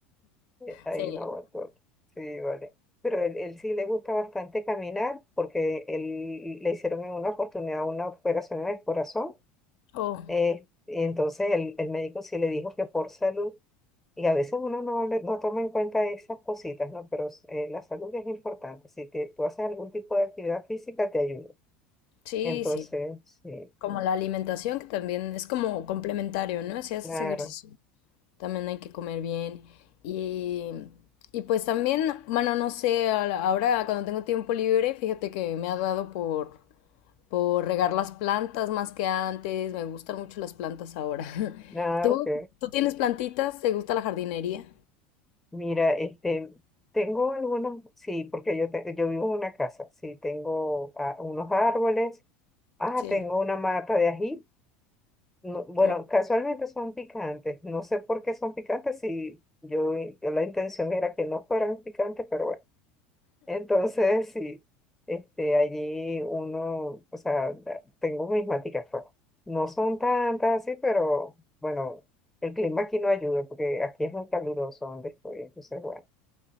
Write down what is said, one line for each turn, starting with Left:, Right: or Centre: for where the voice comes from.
Centre: Eh, Ahí
Left: Sí.
Centre: no aguantó. Sí, vale. Pero él, él sí le gusta bastante caminar porque él le hicieron en una oportunidad una operación en el corazón.
Left: Oh,
Centre: eh, y entonces el, el médico sí le dijo que por salud, y a veces uno no, le- no toma en cuenta esas cositas, ¿no? Pero eh, la salud es importante. Si te, tú haces algún tipo de actividad física, te ayuda.
Left: sí,
Centre: Entonces,
Left: sí.
Centre: sí,
Left: Como la alimentación, que también es como complementario, ¿no? Si haces
Centre: claro.
Left: ejercicio. también hay que comer bien. Y, y pues también, bueno, no sé, a la- ahora cuando tengo tiempo libre, fíjate que me ha dado por, por regar las plantas más que antes. Me gustan mucho las plantas ahora. <laughs>
Centre: Nada,
Left: ¿Tú,
Centre: ok.
Left: tú tienes plantitas? ¿Te gusta la jardinería?
Centre: Mira, este, tengo algunos, sí, porque yo, te- yo vivo en una casa, sí, tengo ah, unos árboles, ah,
Left: Sí.
Centre: tengo una mata de ají, no- bueno,
Left: Oh,
Centre: casualmente son picantes, no sé por qué son picantes, si yo, i- la intención era que no fueran picantes, pero bueno, entonces sí, este, allí uno, o sea, da- tengo mis maticas, pues, no son tantas así, pero bueno, el clima aquí no ayuda, porque aquí es muy caluroso donde estoy, entonces bueno.